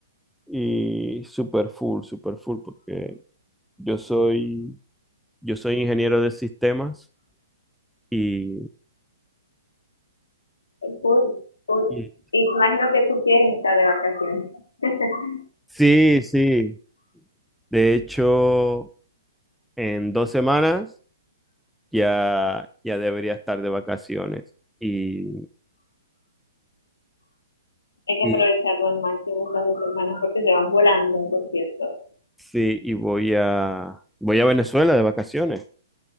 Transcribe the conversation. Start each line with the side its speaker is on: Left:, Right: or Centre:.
Centre: y súper full, súper full porque yo soy Yo soy ingeniero de sistemas y,
Left: Ay, Full, full.
Centre: y-
Left: Imagino que tú quieres estar de vacaciones. <laughs>
Centre: sí, sí. De hecho, en dos semanas ya, ya debería estar de vacaciones. Y,
Left: Hay que
Centre: y-
Left: aprovecharlo al máximo estas dos semanas porque se van volando, por cierto.
Centre: sí, y voy a voy a Venezuela de vacaciones.